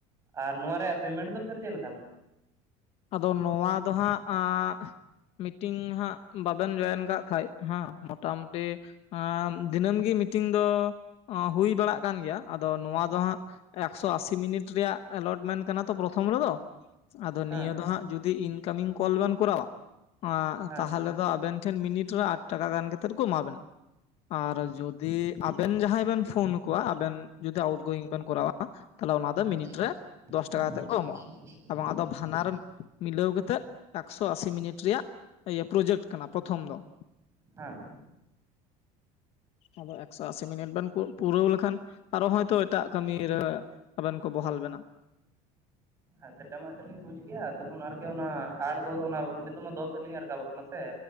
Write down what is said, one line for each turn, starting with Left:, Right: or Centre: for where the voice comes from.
Right: ᱟᱨ ᱱᱚᱣᱟ ᱨᱮᱱᱟᱜ ᱯᱮᱢᱮᱱᱴ ᱫᱚ ᱯᱷᱮᱨ ᱪᱮᱜ ᱞᱮᱠᱟᱱᱟ?
Left: ᱟᱫᱚ ᱱᱚᱣᱟ ᱫᱚ ᱦᱟᱸᱜ ᱟᱸᱜ ᱢᱤᱴᱤᱝ ᱦᱟᱸᱜ ᱵᱟᱵᱮᱱ ᱡᱚᱭᱮᱱ ᱠᱟᱜ ᱠᱷᱟᱡ ᱦᱟᱸ ᱢᱚᱴᱟᱢᱩᱴᱤ ᱟᱸᱢ ᱫᱤᱱᱟᱹᱢ ᱜᱤ ᱢᱤᱴᱤᱝ ᱫᱚ ᱚᱸ ᱦᱩᱭ ᱵᱟᱲᱟᱜ ᱠᱟᱱ ᱜᱮᱭᱟ ᱟᱫᱚ ᱱᱚᱣᱟ ᱫᱚ ᱦᱟᱸᱜ ᱮᱠᱥᱚ ᱟᱥᱤ ᱢᱤᱱᱤᱴ ᱨᱮᱭᱟᱜ ᱮᱞᱚᱴᱢᱮᱱᱴ ᱠᱟᱱᱟ ᱛᱚ ᱯᱨᱚᱛᱷᱚᱢ ᱨᱮᱫᱚ ᱟᱫᱚ
Right: ᱦᱮᱸ
Left: ᱱᱤᱭᱟᱹ ᱫᱚ ᱦᱟᱸᱜ ᱡᱩᱫᱤ ᱤᱱᱠᱟᱢᱤᱝ ᱠᱚᱞ ᱵᱮᱱ ᱠᱚᱨᱟᱣᱟ ᱟᱸᱜ
Right: ᱦᱮᱸ
Left: ᱛᱟᱦᱚᱞᱮ ᱫᱚ ᱟᱵᱮᱱ ᱴᱷᱮᱱ ᱢᱤᱱᱤᱴ ᱨᱮ ᱟᱴ ᱴᱟᱠᱟ ᱜᱟᱱ ᱠᱟᱛᱮᱫ ᱠᱚ ᱮᱢᱟᱵᱮᱱᱟ ᱟᱨ ᱡᱩᱫᱤ ᱟᱵᱮᱱ ᱡᱟᱦᱟᱸᱭ ᱵᱮᱱ ᱯᱷᱳᱱ ᱟᱠᱚᱣᱟ ᱟᱵᱮᱱ ᱡᱩᱫᱤ ᱟᱣᱩᱴ ᱜᱳᱭᱤᱝ ᱵᱮᱱ ᱠᱚᱨᱟᱣᱟ <unintelligible>
Right: ᱦᱮᱸ
Left: ᱨᱮ ᱫᱚᱥ ᱴᱟᱠᱟ ᱠᱟᱛᱮᱫ
Right: <unintelligible>
Left: ᱠᱚ ᱮᱢᱚᱜᱼᱟ ᱮᱵᱚᱝ ᱟᱫᱚ ᱵᱟᱱᱟᱨ ᱢᱤᱞᱟᱹᱣ ᱠᱟᱛᱮᱫ ᱮᱠᱥᱚ ᱟᱥᱤ ᱢᱤᱱᱤᱴ ᱨᱮᱭᱟᱜ ᱤᱭᱟᱹ ᱯᱨᱚᱡᱮᱠᱴ ᱠᱟᱱᱟ ᱯᱨᱚᱛᱷᱚᱢ ᱫᱚ ᱾
Right: ᱦᱮᱸ
Left: ᱟᱫᱚ ᱮᱠᱥᱚ ᱟᱥᱤ ᱢᱤᱱᱤᱴ ᱵᱮᱱ ᱯᱩ ᱯᱩᱨᱟᱹᱣ ᱞᱮᱠᱷᱟᱱ ᱟᱨᱚ ᱦᱚᱭᱛᱚ ᱮᱴᱟᱜ ᱠᱟᱹᱢᱤ ᱨᱮ ᱟᱵᱮᱱ ᱠᱚ ᱵᱚᱦᱟᱞ ᱵᱮᱱᱟ ᱾
Right: ᱟᱨ ᱥᱮᱴᱟ ᱢᱟ ᱟᱪᱪᱷᱟ ᱞᱤᱧ ᱵᱩᱡᱽ ᱠᱮᱜ ᱟ ᱛᱚᱠᱷᱚᱱ ᱟᱨᱠᱤ ᱚᱱᱟ ᱟᱴ ᱫᱚ ᱚᱱᱟ ᱱᱤᱛᱚᱜ ᱢᱟ ᱫᱚᱥ ᱟᱞᱤᱧᱟ ᱨᱟᱠᱟᱵᱚᱜ ᱠᱟᱱᱟ ᱱᱟᱥᱮ